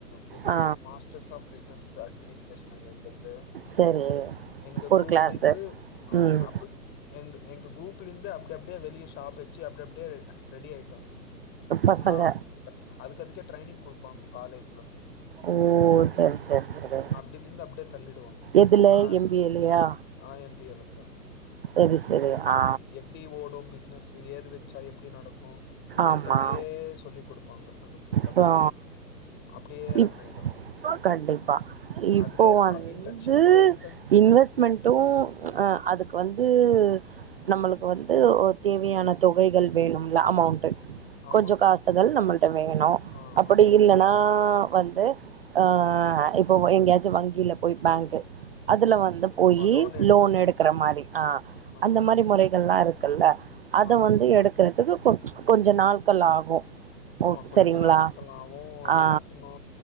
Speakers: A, on the left; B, on the right.
A: business
B: ஆ
A: masters of business administration அங்க எங்கள்து
B: சரி
A: எங்க
B: ஒரு
A: குரூப்ல
B: கிளாஸு
A: இருந்து அப்‌
B: ம்
A: ஆப்பு எங் எங்க குரூப்ல இருந்து அப்டி அப்டியே வெளியே ஷாப் வச்சு அப்டி அப்டியே ரெடி ஆயிட்டாங்கோ
B: பசங்க
A: அனா அதுக் அதுக்கு ட்ரைனிங் குடுப்பாங்க காலேஜ்ல
B: ஓ செர் செர் செரி
A: அப்டிலிந்து அப்டியே தள்ளிடுவாங்க
B: எதுல
A: நா
B: எம் பி ஏ லையா
A: ஆ எம் பி ஏல்ல தா
B: செரி செரி ஆ
A: எப்டி ஓடும் பிஸ்னஸ் ஏது வச்சா எப்டி நடக்கு இது
B: ஆமா
A: பத்தியே சொல்லிக் குடுப்பாங்க அந்த அதுல
B: அப்றோ
A: அப்டியே ரன்
B: இப்
A: ஆயிடு
B: கண்டிப்பா
A: அதுலே
B: இப்போ வந்த்தூ
A: ப்ர இன்டர்ன்ஷிப் கூட இன்டர்ன்
B: இன்வெஸ்ட் மென்டும் அ அதுக்கு வந்து நம்மளுக்கு வந்து ஒரு தேவையான தொகைகள் வேணும்ல அமௌண்ட் ட்டு
A: ஆமாங்க
B: கொஞ்சோ காசுகள் நம்மள்ட்ட வேணு
A: ஆ
B: அப்டி
A: ஆங்க
B: இல்லன் னா வந்து ஆ இப்போ எங்கயாச்சு வங்கில போய் பேங்க்கு அதுல வந்து போயி
A: ஆமா எடுக்கணு
B: லோன் எடுக்கற மாரி ஆ
A: ஆமாங்க
B: அந்த மாரி முறைகள்ல்லா இருக்குல்ல அத
A: ஆமாங்க
B: வந்து எடுக்குறதுக்கு கொ கொஞ்சோ நாட்கள் ஆகு
A: ஆமா
B: ஓ
A: கொஞ்சோ
B: சரிங்களா
A: நாட்களாவு அது
B: ஆ
A: கட்டுணு